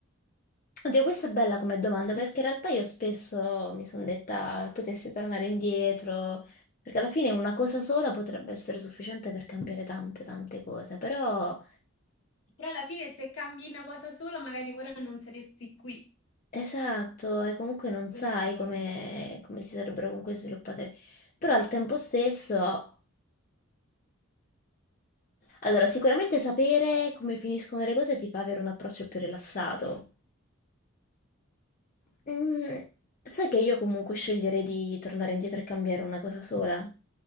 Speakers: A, on the left; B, on the left.
A: Oddio, questa è bella come domanda perché in realtà io spesso mi sono detta potessi tornare indietro, perché alla fine una cosa sola potrebbe essere sufficiente per cambiare tante, tante cose, però...
B: Però alla fine se cambi una cosa sola, magari ora non saresti qui.
A: Esatto, e comunque non
B: Questo
A: sai
B: è un po'
A: come,
B: il mio pensiero.
A: come si sarebbero comunque sviluppate, però al tempo stesso, allora sicuramente sapere come finiscono le cose ti fa avere un approccio più rilassato. Mm, sai che io comunque sceglierei di tornare indietro e cambiare una cosa sola?